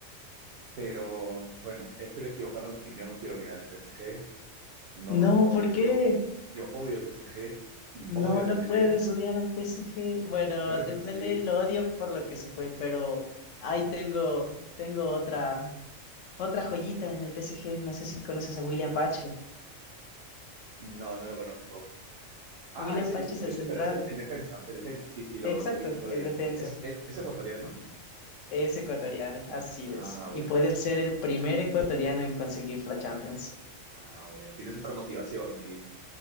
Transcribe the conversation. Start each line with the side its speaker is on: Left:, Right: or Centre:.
Right: pero bueno, espero equivocarme porque yo no quiero que gane el PSG, no
Left: No,
Right: odio,
Left: ¿por qué?
Right: yo, yo odio el PSG y
Left: No,
Right: odio
Left: no
Right: a Dembélé,
Left: puedes odiar al PSG. Bueno,
Right: claro
Left: a Dembélé
Right: que sí,
Left: lo odio por lo que se fue, pero ahí tengo, tengo otra, otra joyita en el PSG. No sé si conoces a William Pacho.
Right: no, no lo conozco. Ah,
Left: William
Right: es, es,
Left: Pacho
Right: un-
Left: es el
Right: es-
Left: central,
Right: espera, es el, el defensa, el defensa, sí, sí, lo,
Left: exacto,
Right: lo vi el otro
Left: el
Right: día.
Left: defensa.
Right: ¿Es, es, es ecuatoriano?
Left: Es ecuatoriano, así
Right: Ah,
Left: es.
Right: bueno,
Left: Y puede
Right: bueno,
Left: ser el primer ecuatoriano en conseguir la Champions.
Right: ah, bueno, tienes otra motivación ahí.